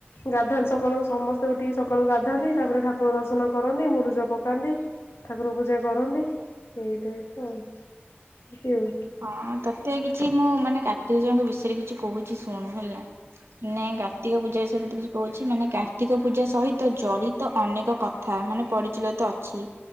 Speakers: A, on the left (about 85°); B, on the right (about 85°).
A: ଗାଧାନ୍ତି ସକାଳୁ ସମସ୍ତେ ଉଠିକି। ସକାଳୁ ଗାଧାନ୍ତି ତାପରେ ଠାକୁର ଦର୍ଶନ। ଦର୍ଶନ କରନ୍ତି ମୁରୁଜ ପକାନ୍ତି ଠାକୁର ପୂଜା କରନ୍ତି ଏଇ ଟାଇପର ଆଉ। ଏମିତି ଆଉ।
B: ହଁ ତତେ କିଛି। ମୁଁ ମାନେ କାର୍ତ୍ତିକଜୟଙ୍କ ବିଷୟରେ କିଛି କହୁଛି ଶୁଣୁ ହେଲା। ନାହିଁ କାର୍ତ୍ତିକ ପୂଜା ବିଷୟରେ ତତେ କିଛି କହୁଛି ମାନେ କାର୍ତ୍ତିକ ପୂଜା ସହିତ ଜଡି ତ ଅନେକ କଥା ମାନେ ପରିଚଳିତ ଅଛି